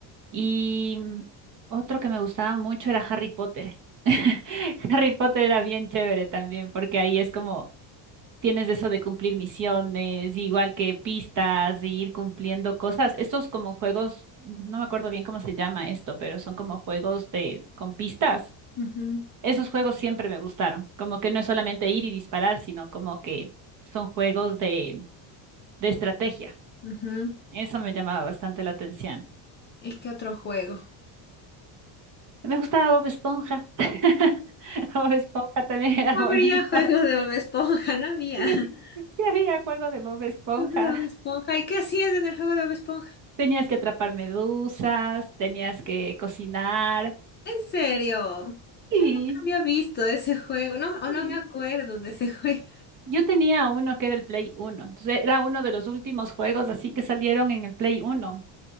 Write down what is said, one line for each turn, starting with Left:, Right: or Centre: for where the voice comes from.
Right: Y mm, otro que me gustaba mucho era Harry Potter. <laughs> Harry Potter era bien chévere también, porque ahí es como tienes eso de cumplir misiones, igual que pistas, y ir cumpliendo cosas. Estos como juegos, no me acuerdo bien cómo se llama esto, pero son como juegos de con pistas.
Left: Ujú,
Right: Esos juegos siempre me gustaron, como que no es solamente ir y disparar, sino como que son juegos de, de estrategia.
Left: ujú.
Right: Eso me llamaba bastante la atención.
Left: ¿Y qué otro juego?
Right: Me gustaba Bob Esponja. <laughs> Bob Esponja también era
Left: No
Right: bonito.
Left: Habría juego
Right: <laughs>
Left: de Bob Esponja, no había.
Right: Sí,
Left: <laughs>
Right: sí había juego de Bob Esponja.
Left: Juego de Bob Esponja. ¿Y qué hacías en el juego de Bob Esponja?
Right: Tenías que atrapar medusas, tenías que cocinar.
Left: ¿En serio?
Right: Sí,
Left: Yo nunca había visto ese juego, no, o
Right: sí.
Left: no me acuerdo de ese <laughs> juego.
Right: yo tenía uno que era el Play Uno. Entonces era uno de los últimos juegos así que salieron en el Play Uno.